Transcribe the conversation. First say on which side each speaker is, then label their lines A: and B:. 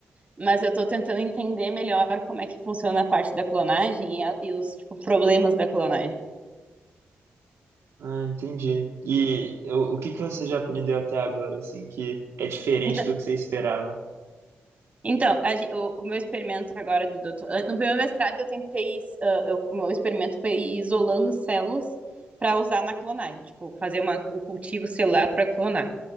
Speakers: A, on the right; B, on the right.
A: mas eu tô tentando entender melhor como é que funciona a parte da clonagem e, a- e os tipo, problemas da clonagem.
B: Ah, entendi. E o, o que que você já aprendeu até agora, assim, que é diferente
A: Então,
B: do que você esperava?
A: então a gen- o, o meu experimento agora de doutor, no meu mestrado eu tentei, ah, eu- o meu experimento foi ir isolando células para usar na clonagem, tipo fazer uma- um cultivo celular para clonar.